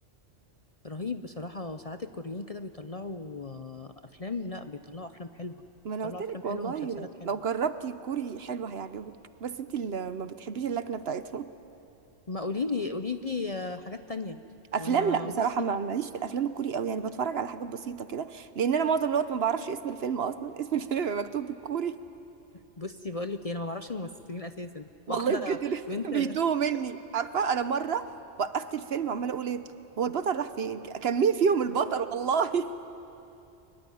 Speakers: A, on the left; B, on the right.
A: رهيب بصراحة ساعات الكوريين كده بيطلعوا آه، أفلام لا بيطلعوا أفلام حلوة
B: ما
A: بيطلعوا
B: انا قلت لك
A: أفلام حلوة
B: والله
A: ومسلسلات حلوة
B: لو جربتي كوري حلو هيعجبك بس انت اللي ما بتحبيش اللكنة بتاعتهم
A: ما قوليلي قوليلي آه، حاجات تانية
B: <laughs> افلام
A: ما أنا
B: لا بصراحة
A: بصي
B: ما ماليش في الافلام الكوري قوي يعني بتفرج على حاجات بسيطة كده لان انا معظم الوقت ما بعرفش اسم الفيلم اصلا <laughs> اسم الفيلم بيبقى مكتوب بالكوري
A: بصي بقولك إيه أنا ما بعرفش الممثلين أساسا
B: والله
A: واحدة
B: بجد <laughs>
A: بنت
B: بيتوه
A: <laughs>
B: مني عارفه انا مره وقفت الفيلم عماله اقول ايه هو البطل راح فين كان مين فيهم البطل والله <laughs>